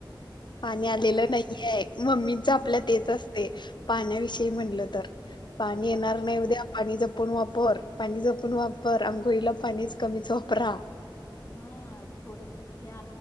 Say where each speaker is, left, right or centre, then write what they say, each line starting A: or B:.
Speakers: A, on the left; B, on the left.
A: ह. पाणी
B: कसं
A: आलेलं
B: सांग
A: नाहीये मम्मीच आपल्या
B: हा
A: तेच असते पाण्याविषयी म्हटलं तर. पाणी येणार
B: बघ
A: नाही उद्या. पाणी जपून वापर पाणी जपून वापर आंघोळीला पाणीच कमीच वापरा.
B: हा थोडसच घ्या